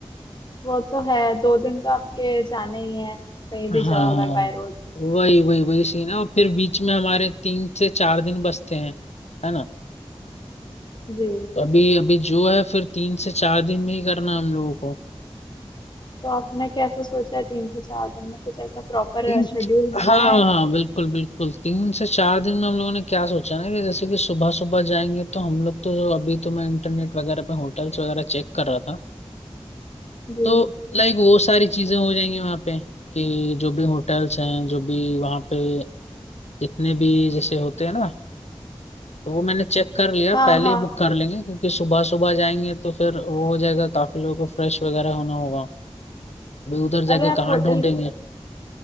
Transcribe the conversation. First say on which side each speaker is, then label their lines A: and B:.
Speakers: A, on the left; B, on the left.
A: वो तो है दो दिन तो आपके जाने ही है कहीं
B: हाँ
A: भी जाओ अगर बाय रोड
B: वही वही वही सीन है और फिर बीच में हमारे तीन से चार दिन बचते हैं है ना
A: जी
B: तो अभी अभी जो है फिर तीन से चार दिन में ही करना है हम लोगों को
A: तो आपने कैसे सोचा है तीन से चार दिन में कुछ ऐसा प्रॉपर
B: तीन
A: शेड्यूल बनाया
B: हाँ हाँ
A: है
B: हाँ, बिल्कुल बिल्कुल तीन से चार दिन में हम लोगों ने क्या सोचा ना कि जैसे कि सुबह सुबह जाएंगे तो हम लोग तो अभी तो मैं इंटरनेट वगैरह पे होटल्स वगैरह चेक कर रहा था
A: जी
B: तो लाइक वो सारी चीजें हो जाएंगी वहाँ पे कि जो भी होटल्स हैं जो भी वहाँ पे जितने भी जैसे होते हैं ना तो वो मैंने चेक कर लिया
A: हाँ
B: पहले
A: हाँ
B: ही बुक
A: हाँ।
B: कर लेंगे क्योंकि सुबह सुबह जाएंगे तो फिर वो हो जाएगा काफी लोगों को फ्रेश वगैरह होना होगा अभी उधर जाके
A: अरे आप
B: कहाँ
A: होटल
B: ढूंढेंगे
A: की